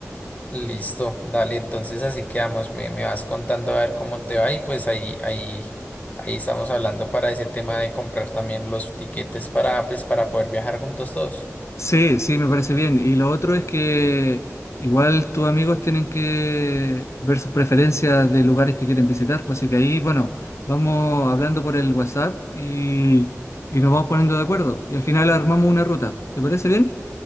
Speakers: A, on the left; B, on the left.
A: Listo, dale, entonces así quedamos. Me, me vas contando a ver cómo te va y pues ahí, ahí, ahí estamos hablando para ese tema de comprar también los tiquetes para, pues, para poder viajar juntos todos.
B: Sí, sí, me parece bien. Y lo otro es que igual tus amigos tienen que ver sus preferencias de lugares que quieren visitar, pues así que ahí, bueno, vamos hablando por el WhatsApp y, y nos vamos poniendo de acuerdo. Y al final armamos una ruta. ¿Te parece bien?